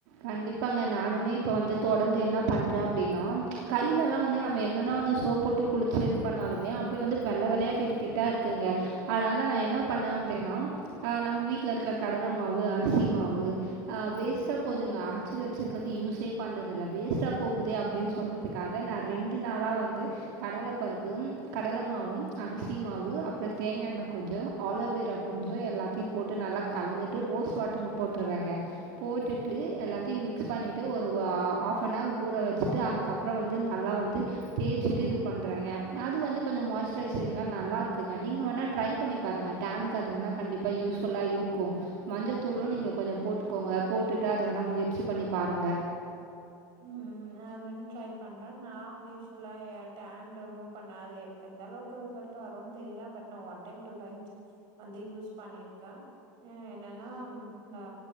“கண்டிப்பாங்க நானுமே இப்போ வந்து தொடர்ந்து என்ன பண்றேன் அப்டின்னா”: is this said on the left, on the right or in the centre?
Right